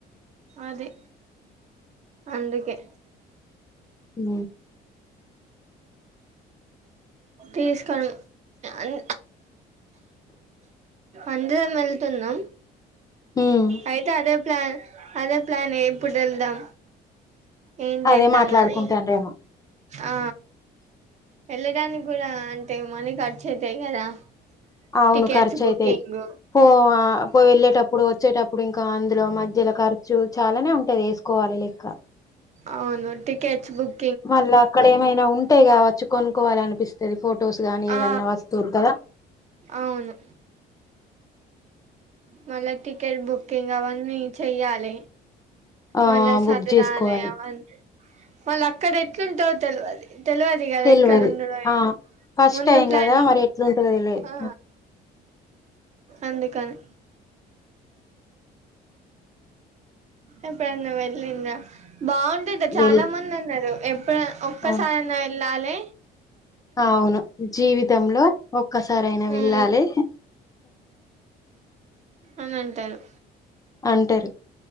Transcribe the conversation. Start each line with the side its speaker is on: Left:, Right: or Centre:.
Right: అది అందుకే
Left: ఉ
Right: ఉ తీసుకం అన్ అందరం వెళ్తున్నాం.
Left: ఉమ్
Right: అయితే అదే ప్లా అదే ప్లానే ఎప్పుడు వెళ్దాం ఏం చేద్దామని
Left: అదే మాట్లాడుకుంటాన్రేమో
Right: ఆ వెళ్ళడానికి కూడా అంటే మనీ ఖర్చు అయితాయి కదా
Left: అవును
Right: టికెట్స్
Left: ఖర్చు
Right: బుకింగ్
Left: అయితాయి పో ఆ పో వెళ్ళేటప్పుడు వచ్చేటప్పుడు ఇంకా అందులో మధ్య సర్కార్ చు చాలానే ఉంటది ఏస్ కోవాలి లెక్క
Right: అవును టికెట్స్ బుక్
Left: మళ్ళా అక్కడ ఏమైనా ఉన్ అంటే కావచ్చు కొనుక్కోవాలినిపిస్తు ది ఫొటోస్ గానీ ఏదన్నా
Right: ఆ
Left: వస్తువులు కదా
Right: అవును మళ్ళా టికెట్ బుకింగ్ అవన్నీ చెయ్యాలి
Left: ఆ
Right: మళ్ళ సధరాలె
Left: బుక్ చేసుకోవాలి
Right: అవన్నీ మళ్ళ అక్కడ ఎట్లుంటా తెలవది తెలవది కదా
Left: తెలివదు
Right: ఎక్కడ ఉండడో ఏం
Left: ఆ ఫస్ట్
Right: ముందు
Left: టైం
Right: ప్లానింగ్
Left: కదా మరి ఎట్లుంటదో తెలియదు
Right: ఆ అందుకని ఎప్పుడైన వెల్లిందా బాగుండదు చాలా
Left: వెల్
Right: మంది అన్నారు ఎ ఇప్పుడు ఒక్క
Left: ఆ
Right: సారన్నా వెల్ ల్లలే
Left: అవును జీవితంలో ఓకే ఒసారి అయినా వెళ్ళాలి
Right: ఉమ్ అని అంటారు
Left: అంటరు